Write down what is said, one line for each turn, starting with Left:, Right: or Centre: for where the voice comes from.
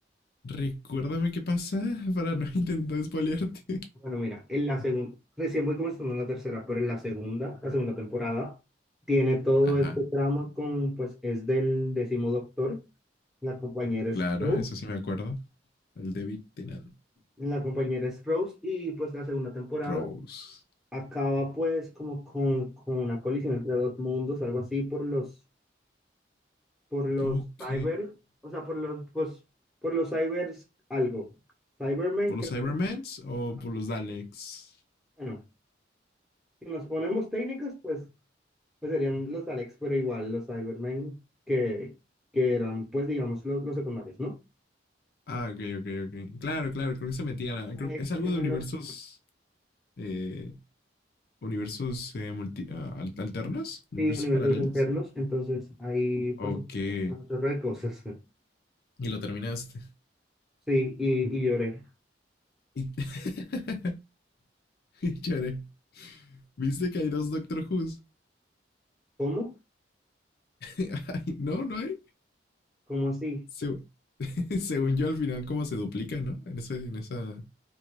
Left: Recuérdame qué pasa para no <laughs> intentar spoilearte.
Centre: Bueno, mira, en la segunda, recién voy comenzando la tercera, pero en la segunda, la segunda temporada, tiene todo
Left: Ajá,
Centre: este drama con, pues es del décimo doctor, la compañera es
Left: claro,
Centre: Rose,
Left: eso sí me acuerdo. El David Tennant
Centre: la compañera es Rose y pues la segunda temporada
Left: Rose.
Centre: acaba pues como con, con una colisión entre dos mundos, algo así por los por los
Left: Ok.
Centre: cyber, o sea, por los, pues, por los cybers algo. Cybermen
Left: ¿Por
Centre: creo
Left: los Cybermans
Centre: que,
Left: o
Centre: ajá.
Left: por los Daleks?
Centre: bueno, si nos ponemos técnicas, pues, pues serían los Alex, pero igual los Cybermen que, que eran, pues, digamos, los, los secundarios, ¿no?
Left: Ah, ok, ok, ok. Claro, claro, creo que se metían a...
Centre: Los Alex
Left: Creo que es algo
Centre: eran
Left: de universos
Centre: los
Left: eh, universos eh, multi- ah, al- alternos, universos
Centre: sí, universos
Left: paralelos.
Centre: internos, entonces ahí pasó,
Left: Ok. Y
Centre: pasó un chorro de cosas. <laughs>
Left: lo terminaste.
Centre: Sí, y, y lloré.
Left: Y, <laughs> y lloré. ¿Viste que hay dos Doctor Who's?
Centre: ¿Cómo?
Left: <laughs> Ay, no, no hay.
Centre: ¿Cómo así?
Left: Se- <laughs> Según yo, al final, como se duplica, ¿no? En, ese, en esa.